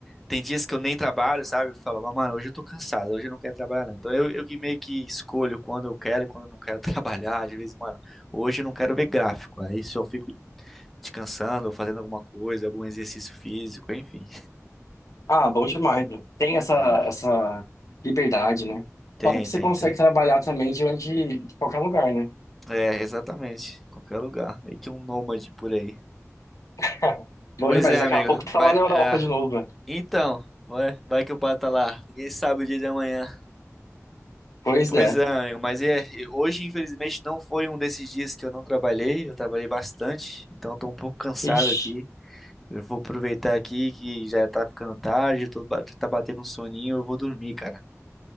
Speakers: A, in the centre; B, on the left.
A: Tem dias que eu nem trabalho, sabe? Eu falo, "Ah, mano, hoje eu tô cansado, hoje eu não quero trabalhar, não. Então eu, eu que meio que escolho quando eu quero e quando eu não quero <laughs> trabalhar. Às vezes, mano, hoje eu não quero ver gráfico. Aí só fico descansando, ou fazendo alguma coisa, algum exercício físico, enfim.
B: Ah, bom demais, né? Tem essa,
A: É.
B: essa liberdade, né?
A: Tem,
B: Fora que você
A: tem,
B: consegue
A: tem.
B: trabalhar também de onde, de qualquer lugar, né?
A: É, exatamente. Qualquer lugar. Meio que um nômade por aí.
B: <laughs> Bom
A: Pois
B: demais,
A: é,
B: daqui
A: amigo.
B: a pouco tá
A: Mas,
B: lá na Europa
A: é,
B: de novo, velho.
A: então, vai, vai que o pato tá lá. Ninguém sabe o dia de amanhã.
B: Pois
A: Pois
B: é.
A: é, amigo, mas é, hoje infelizmente não foi um desses dias que eu não trabalhei, eu trabalhei bastante, então estou um pouco cansado
B: Ixi,
A: aqui. Eu vou aproveitar aqui que já tá ficando tarde, tô, ba- tá batendo um soninho, eu vou dormir, cara.